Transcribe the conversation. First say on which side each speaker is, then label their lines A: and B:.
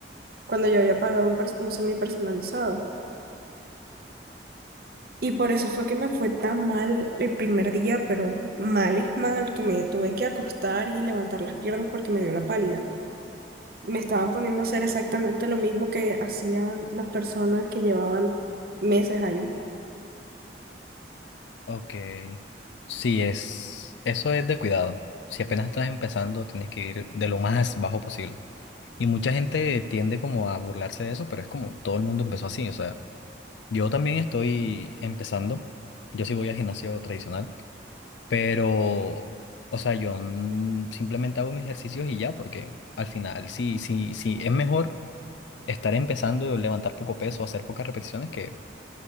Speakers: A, on the right (about 55°); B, on the left (about 75°).
A: cuando yo había pagado un, pers- un semi personalizado. Y por eso fue que me fue tan mal el primer día, pero mal es mal, que me tuve que acostar y levantar las piernas porque me dio la pálida. Me estaban poniendo a hacer exactamente lo mismo que hacían las personas que llevaban meses ahí.
B: ok, sí, es, eso es de cuidado. Si apenas estás empezando, tienes que ir de lo más bajo posible. Y mucha gente tiende como a burlarse de eso, pero es como todo el mundo empezó así. O sea, yo también estoy empezando, yo sí voy al gimnasio tradicional, pero, o sea, yo mm, simplemente hago mis ejercicios y ya, porque al final, sí, sí, sí, es mejor. estar empezando a levantar poco peso, hacer pocas repeticiones que